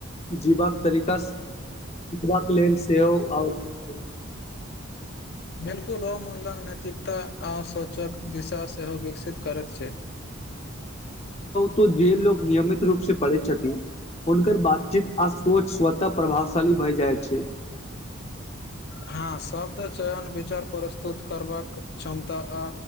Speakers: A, on the left; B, on the left.
A: जीबाक तरीकास सीखबाक लेल सेहो आवश्यक छै
B: बिलकुल ओ मुल्यन नैैतिकता आ सोचक दिशा सेहो विकसित करैत छै
A: त जे लोक नियमित रूप से पढ़ै छथिन हुनकर बातचीत आ सोच स्वतः प्रभावशाली भए जाइत छै
B: हँ शब्द चयन विचार प्रस्तुत करबाक क्षमता आ